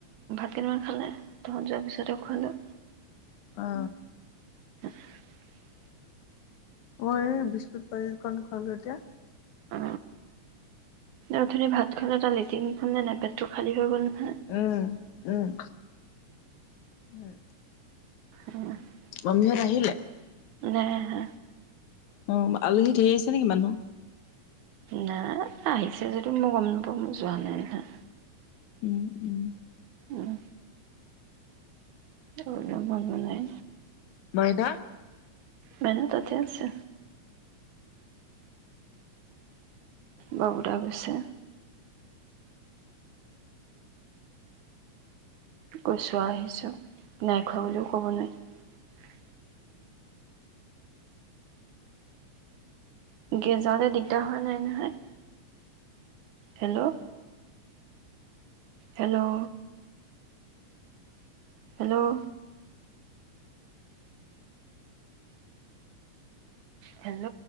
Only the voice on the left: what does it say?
অ
মই এই বিস্কুট পানীকন খোৱালো এতিয়া। <inaudible>
উম উম উম।
মামীহঁত আহিলে?
অ আলহী ঢেই আহিছে নেকি মানুহ?
উম উম
মাইডা।